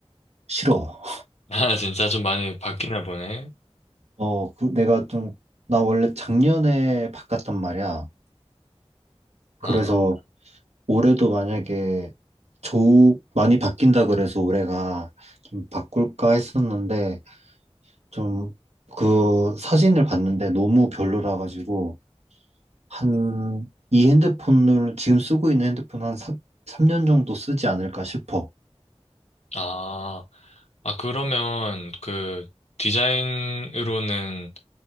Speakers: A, on the right; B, on the left.
A: 싫어.
B: <laughs> 아, 진짜 좀 많이 바뀌나 보네.
A: 어, 그 내가 좀 나 원래 작년에 바꿨단 말이야. 그래서
B: 아,
A: 올해도 만약에 조 많이 바뀐다 그래서 올해가 좀 바꿀까 했었는데 좀 그 사진을 봤는데 너무 별로라 가지고 한 이 핸드폰을 지금 쓰고 있는 핸드폰 한 3, 삼년 정도 쓰지 않을까 싶어.
B: 아, 아, 그러면 그 디자인으로는